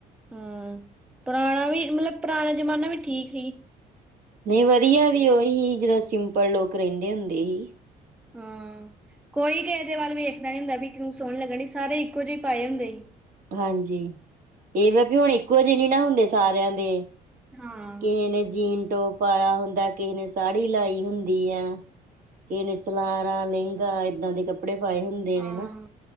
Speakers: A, in the centre; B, on the right (about 60°).
A: ਹਾਂ, ਪੁਰਾਣਾ ਵੀ ਮਤਲਬ ਪੁਰਾਣਾ ਜਮਾਨਾ ਵੀ ਠੀਕ ਹੀ।
B: ਨਹੀਂ ਵਧੀਆ ਵੀ ਉਹੀ ਜਦੋਂ ਸਿੰਪਲ ਲੋਕ ਰਹਿੰਦੇ ਹੁੰਦੇ ਹੀ।
A: ਹਾਂ ਕੋਈ ਕਿਹੇ ਦੇ ਵੱਲ ਵੇਖਦਾ ਨੀ ਹੁੰਦਾ ਵੀ ਤੂੰ ਸੋਹਣੀ ਲੱਗਣ ਡੀ ਸਾਰੇ ਇੱਕੋ ਜਿਹੇ ਪਾਏ ਹੁੰਦੇ ਹੀ।
B: ਹਾਂਜੀ, ਇਹਵੇ ਵੀ ਹੁਣ ਇੱਕੋ ਜਿਹੇ ਨਹੀਂ ਨਾ ਹੁੰਦੇ ਸਾਰਿਆਂ ਦੇ
A: ਹਾਂ
B: ਕਿਹੇ ਨੇ ਜੀਨ ਟੋਪ ਪਾਇਆ ਹੁੰਦਾ ਕਿਹੇ ਨੇ ਸਾੜੀ ਲਾਈ ਹੁੰਦੀ ਆ। ਕਿਹੇ ਨੇ ਸਲਾਰਾ ਲਹਿੰਗਾ ਏਦਾਂ ਦੇ ਕੱਪੜੇ ਪਾਏ ਹੁੰਦੇ
A: ਹਾਂ
B: ਨੇ ਨਾ।